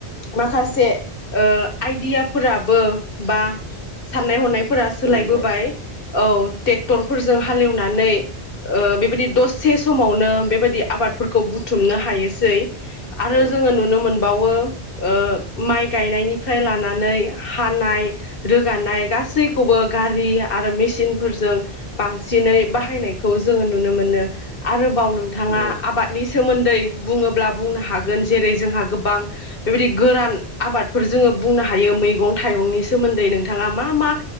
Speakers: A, on the left; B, on the right.
A: माखासे ओ आइडियाफोराबो बा साननाय हनायफोरा
B: उम सोलायबाय
A: सोलायबोबाय औ टेक्टरफोरजों हालेवनानै बेबायदि दसे समावनो बेबायदि आबादफोरखौ बुथुमनो हायोसै आरो
B: औ
A: जोङो नुनो मोनबावो ओ माइ गायनायनिफ्राय लानानै हानाय रोगानाय गासैखौबो गारि आरो मेसिनफोरजों बांसिनै बाहायनायखौ जोङो नुनो मोनो आरोबाव नोंथाङा
B: औ
A: आबादनि सोमोन्दै बुङोब्ला बुंनो हागोन जेरै जोंहा गोबां बेबायदि गोरान आबादफोर जोङो बुंनो हायो मैगं थाइगंनि सोमोन्दै नोंथाङा मा मा